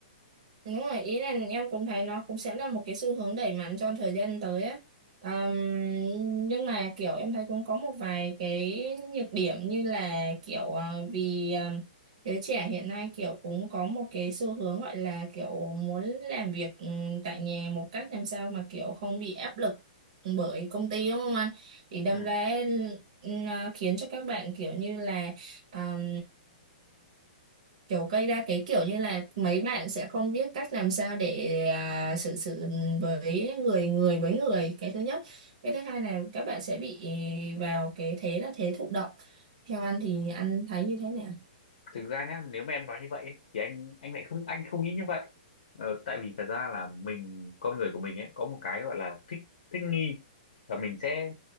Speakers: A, on the right; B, on the left.
A: Đúng rồi, ý là em cũng thấy nó cũng sẽ là một cái xu hướng đẩy mạnh trong thời gian tới á. Ờm, nhưng mà kiểu em thấy cũng có một vài cái nhược điểm như là kiểu ờ, vì ờ, giới trẻ hiện nay kiểu cũng có một cái xu hướng gọi là kiểu muốn làm việc ừ, tại nhà một cách làm sao mà kiểu không bị áp lực bởi công ty đúng không anh? Thì đâm
B: ừ.
A: ra ừ, ờ, khiến cho các bạn kiểu như là Ờm, kiểu gây ra cái kiểu như là mấy bạn sẽ không biết cách làm sao để à, xử sự với người người với người cái thứ nhất cái thứ hai là các bạn sẽ bị vào cái thế là thế thụ động theo anh thì anh thấy như thế nào
B: thực ra nhá nếu mà em nói như vậy ấy, thì anh anh lại không anh không nghĩ như vậy ờ, tại vì thật ra là mình con người của mình ấy có một cái gọi là thích thích nghi và mình sẽ